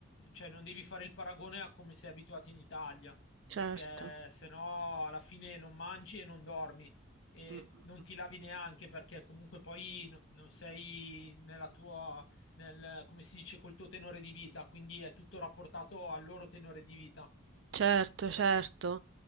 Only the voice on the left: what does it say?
cioè non devi fare il paragone a come sei abituato in Italia
perché se no alla fine non mangi e non dormi e
non ti lavi neanche perché comunque poi n- non sei nella tua nel, come si dice, col tuo tenore di vita, quindi è tutto rapportato al loro tenore di vita.